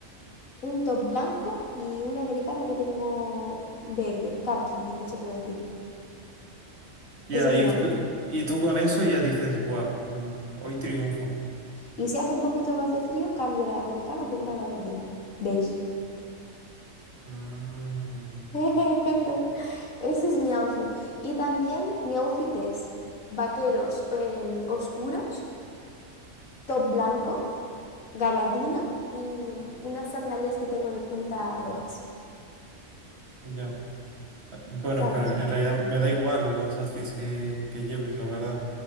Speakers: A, on the left; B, on the right.
A: un top blanco y una americana que tengo verde, caqui, no sé cómo decir.
B: Ya,
A: Ese es
B: y
A: mi outfit.
B: tú, y tú con eso ya dices, buah, mm, hoy triunfo.
A: Y si hace un poquito más de frío, cambio la americana por una gabardina beige.
B: Mm,
A: <laughs> Ese es mi outfit. Y también mi outfit es vaqueros em, oscuros, top blanco, gabardina y mm, unas sandalias que tengo de punta rojas.
B: ya. Bueno,
A: ¿Sabes?
B: pero en realidad me da igual los outfits que, que lleves, la verdad.